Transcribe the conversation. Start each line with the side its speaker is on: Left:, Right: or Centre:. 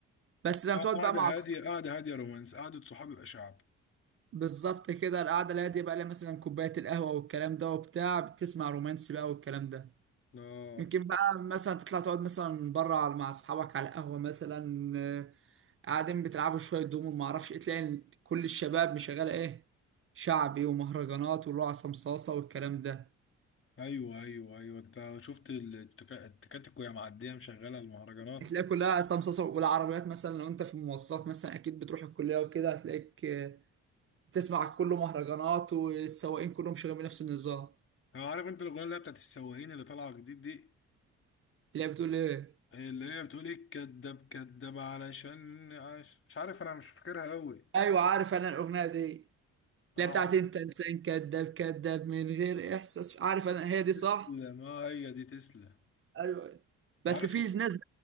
Right: بس لما
Left: اه
Right: تقعد
Left: قاعده
Right: بقى مع اصحابك
Left: هاديه قاعده هاديه رومانس قاعده صحاب يبقى شعب
Right: بالظبط كده القعده اللي هي دي بقى لها مثلا كوبايه القهوه والكلام ده وبتاع بتسمع رومانسي بقى والكلام ده
Left: اه
Right: يمكن بقى مثلا تطلع تقعد مثلا بره مع اصحابك على قهوه مثلا آه، قاعدين بتلعبوا شويه دومو ما اعرفش ايه تلاقي إن كل الشباب مشغله ايه شعبي ومهرجانات واللي هو عصام صاصه والكلام ده
Left: ايوه ايوه ايوه انت شفت ال- التك- التكاتك وهي معديه مشغله المهرجانات
Right: هتلاقي كلها عصام صاصه والعربيات مثلا لو انت في المواصلات مثلا اكيد بتروح الكليه وكده هتلاقيك آه، بتسمع كله مهرجانات والسواقين كلهم شغالين بنفس النظام
Left: انا عارف انت الاغنيه اللي هي بتاعت السواقين اللي طالعه جديد دي
Right: تلاقي بتقول ايه
Left: اللي هي بتقول ايه كداب كداب علشان عش... مش عارف انا مش فاكرها قوي
Right: ايوه عارف انا الاغنيه دي اللي
Left: اه عارف
Right: هي بتاعت انت انسان كذاب كذاب من غير احساس عارف انا هي دي
Left: تسلم
Right: صح
Left: اه هي دي تسلم
Right: ايوه بس
Left: عارف
Right: في ناس